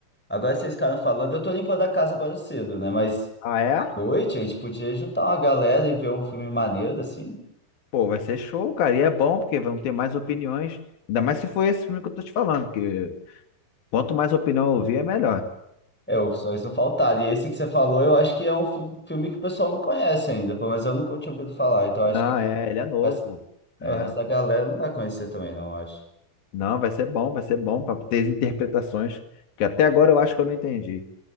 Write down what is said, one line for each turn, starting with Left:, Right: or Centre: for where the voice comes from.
Centre: agora vocês ficaram falando, eu tô limpando a casa agora cedo, né? Mas
Left: Ah, é?
Centre: à noite a gente podia juntar uma galera e ver um filme maneiro, assim.
Left: Pô, vai ser show, cara. E é bom, porque vão ter mais opiniões. Ainda mais se for esse filme que eu tô te falando, porque quanto mais opinião eu ouvir, é melhor.
Centre: É, opções não faltaram. E esse que você falou, eu acho que é um fi- filme que o pessoal não conhece ainda, pelo menos eu nunca tinha ouvido falar. Então, eu
Left: Não,
Centre: acho que
Left: é, ele
Centre: o
Left: é novo.
Centre: resto, é,
Left: É.
Centre: o resto da galera não vai conhecer também, não, eu acho.
Left: Não, vai ser bom, vai ser bom para ter interpretações, que até agora eu acho que eu não entendi.